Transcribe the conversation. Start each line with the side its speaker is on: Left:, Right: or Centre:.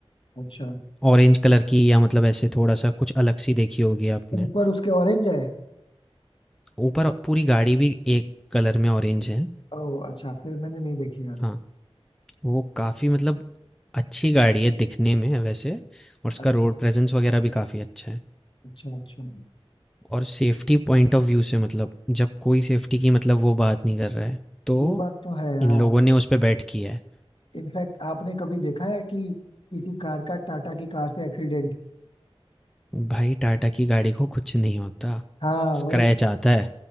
Left: अच्छा
Centre: ऑरेंज कलर की या मतलब ऐसे थोड़ा सा कुछ अलग सी देखी होगी आपने
Left: ऊपर उसके ऑरेंज है
Centre: ऊपर पूरी गाड़ी भी एक कलर में ऑरेंज है
Left: ओह अच्छा फिर मैंने नहीं देखी यार
Centre: हाँ वो काफ़ी मतलब अच्छी गाड़ी है दिखने में वैसे और उसका
Left: अच्छा
Centre: रोड प्रेजेंस वगैरह भी काफ़ी अच्छा है
Left: अच्छा अच्छा
Centre: और सेफ्टी पॉइंट ऑफ व्यू से मतलब जब कोई सेफ्टी की मतलब वो बात नहीं कर रहा है तो
Left: ये बात तो है यार
Centre: इन लोगों ने उस पर बैट किया है
Left: इनफैक्ट आपने कभी देखा है कि किसी कार का टाटा की कार से एक्सीडेंट
Centre: भाई टाटा की गाड़ी को कुछ नहीं होता
Left: हाँ वही
Centre: स्क्रैच
Left: तो,
Centre: आता है